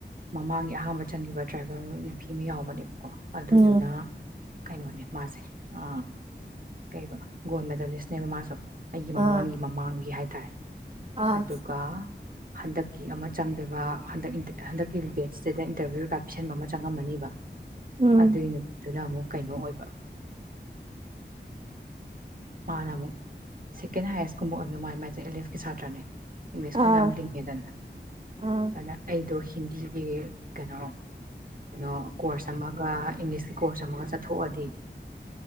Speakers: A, on the right (about 50°); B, on the right (about 35°).
A: ꯃꯃꯥꯡꯒꯤ ꯑꯍꯥꯟꯕ ꯆꯪꯒꯤꯕ ꯇ꯭ꯔꯥꯏꯕꯦꯜ ꯅꯨꯄꯤ ꯑꯃ ꯌꯥꯎꯕꯅꯦ ꯀꯣ ꯑꯗꯨꯗꯨꯅ
B: ꯎꯝ
A: ꯀꯩꯅꯣꯅꯦ ꯃꯥꯁꯦ ꯑ ꯀꯩꯕ ꯒꯣꯜ ꯃꯦꯗꯂꯤꯁꯅꯦꯕꯥ ꯃꯥꯁꯨ ꯑꯩꯒꯤ ꯃꯃꯥꯡꯒꯤ
B: ꯑꯥ
A: ꯃꯃꯥꯡꯒꯤ ꯍꯥꯏ ꯇꯥꯏ
B: ꯑꯥ
A: ꯑꯗꯨꯒ ꯍꯟꯗꯛꯀꯤ ꯑꯃ ꯆꯪꯗꯣꯏꯕ ꯍꯟꯗꯛ ꯍꯟꯗꯛꯀꯤ ꯕꯦꯠꯁꯁꯤꯗ ꯏꯟꯇꯔꯚꯤ꯭ꯌꯨ ꯀꯩꯀꯥ ꯄꯤꯁꯟꯕ ꯑꯃ ꯆꯪꯉꯝꯃꯅꯤꯕ
B: ꯎꯝ
A: ꯑꯗꯨꯏ ꯅꯨꯃꯤꯠꯇꯨꯅ ꯑꯃꯨꯛ ꯀꯩꯅꯣ ꯑꯣꯏꯕ ꯃꯥꯅ ꯑꯃꯨꯛ ꯁꯦꯀꯦꯟ ꯍꯥꯏꯌꯦꯁꯀꯨꯝꯕ ꯑꯣꯏꯔꯝꯗꯧ ꯃꯥꯜꯂꯦ ꯃꯥꯥꯏ ꯃꯥꯁꯦ ꯑꯦꯂꯦꯛꯁꯀꯤ ꯁꯥꯇ꯭ꯔꯅꯦ ꯏꯪꯂꯤꯁꯀꯨꯝꯕꯥ
B: ꯑꯥ
A: ꯌꯥꯝ ꯂꯤꯡꯉꯦꯗꯅꯥ
B: ꯑꯥ
A: ꯑꯗꯨꯅ ꯑꯩ ꯗꯣꯁꯤ ꯍꯤꯟꯗꯤꯒꯤ ꯀꯩꯅꯣ ꯀꯩꯅꯣ ꯀꯣꯔꯁ ꯑꯃꯒ ꯏꯪꯂꯤꯁꯀꯤ ꯀꯣꯔꯁ ꯑꯃꯒ ꯆꯠꯊꯣꯛꯑꯗꯤ